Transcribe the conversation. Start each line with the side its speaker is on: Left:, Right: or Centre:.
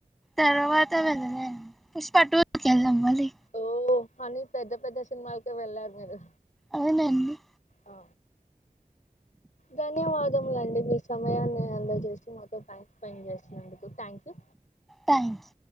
Centre: తర్వాత వెళ్ళలే పుష్ప టూ కి వెళ్ళా మళ్లి
Left: ఓ అని పెద్ద పెద్ద సినిమాలకే వెళ్ళారు మీరు
Centre: అవునండి
Left: ఆ ధన్యవాదములండి మీ సమయాన్ని అందజేసి మాతో టైం స్పెండ్ చేసినందుకు థ్యాంక్ యూ
Centre: థ్యాంక్స్